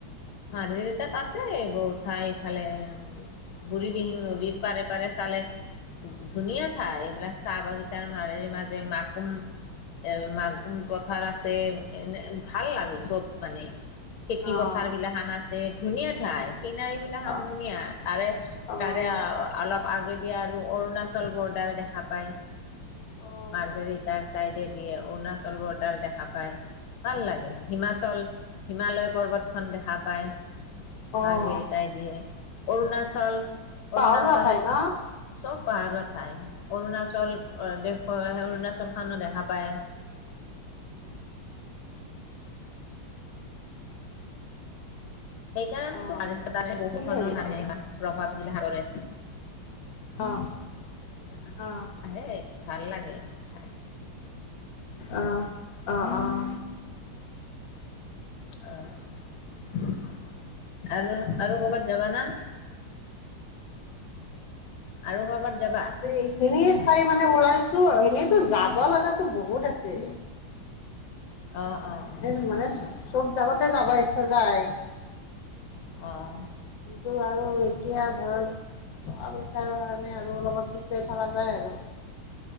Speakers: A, on the left (about 80°); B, on the left (about 65°).
A: মাৰঘেৰিতাত আছে বহুত ঠাই ইফালে বুঢ়ী দিহি নদীৰ পাৰে পাৰে চালে। ধুনীয়া ঠাই, এইবিলাক চাহ বাগিচাৰ মাজে মাজে মাকুম মাগুম পথাৰ আছে। এনে ভাল আৰু চব মানে, খেতি
B: অ'
A: পথাৰ বিলাকখান আছে। ধুনীয়া ঠাই, চিনাৰী বিলাখান
B: অ'
A: ধুনীয়া তাৰে
B: অ'
A: তাৰে অলপ আগেদিয়ে আৰু অৰুণাচল বৰ্ডাৰ দেখা পায়,
B: অ'
A: মাৰঘেৰিতা চাইডে দিয়ে অৰুণাচল বৰ্ডাৰ দেখা পায়। ভাল লাগে, হিমাচল হিমালয় পৰ্বতখন দেখা পায়।
B: অ'
A: মাৰ্ঘেৰিটাই দি, অৰুণাচল,
B: পাহৰুৱা
A: অৰুণাচল
B: ঠাই ন
A: চব পাহাৰৰ ঠাই, অৰুণাচল দেখুৱা অৰুণাচলখনো দেখা পায়। সেইকাৰণ
B: অ'
A: বহুত ধৰ
B: বুলি ভাবিলোঁ
A: মানো প্ৰভাৱ মলা কৰে। এই
B: অ' অ' অ'
A: আহে, ভাল লাগে খাই
B: অ', অ' অ'।
A: অ' আৰু, আৰু কৰ'বাত যাবা না? আৰু কৰ'বাত যাবা?
B: এইখিনিয়ে ঠাই মানে ওলাইছো, এনেতো যাব লগাতো বহুত আছে।
A: অ' অ'। অ
B: মানে মানে চব জাগাতে যাব ইচ্ছা যায়।
A: অ'।
B: কিন্তু আৰু এতিয়া ধৰ টকা পইচাৰ কাৰণে আৰু অলপত পিছাই থকা যায় আৰু